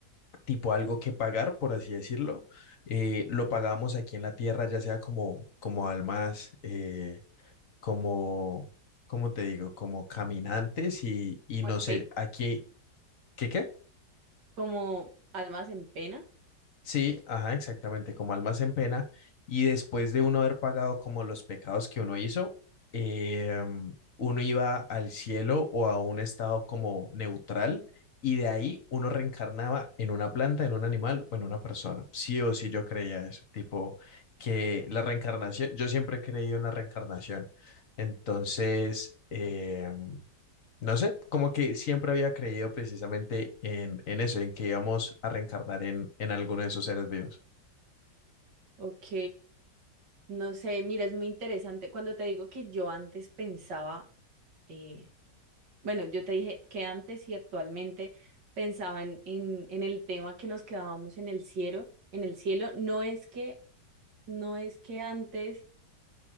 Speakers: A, on the left; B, on the right.
A: tipo algo que pagar, por así decirlo, eh, lo pagábamos aquí en la tierra, ya sea como, como almas. eh, como, ¿cómo te digo? Como caminantes y, y
B: Pues,
A: no sé,
B: ve-
A: aquí, ¿qué qué?
B: Como almas en pena,
A: Sí, ajá, exactamente, como almas en pena. Y después de uno haber pagado como los pecados que uno hizo, em, uno iba al cielo o a un estado como neutral y de ahí uno reencarnaba en una planta, en un animal o en una persona. Sí o sí yo creía eso, tipo que la reencarnación, yo siempre he creído en la reencarnación. Entonces, em, No sé, como que siempre había creído precisamente en, en eso, en que íbamos a reencarnar en, en alguno de esos seres vivos.
B: ok, no sé, mira, es muy interesante. Cuando te digo que yo antes pensaba, eh, bueno, yo te dije que antes y actualmente pensaba en, en, en el tema que nos quedábamos en el cielo, en el cielo, no es que, no es que antes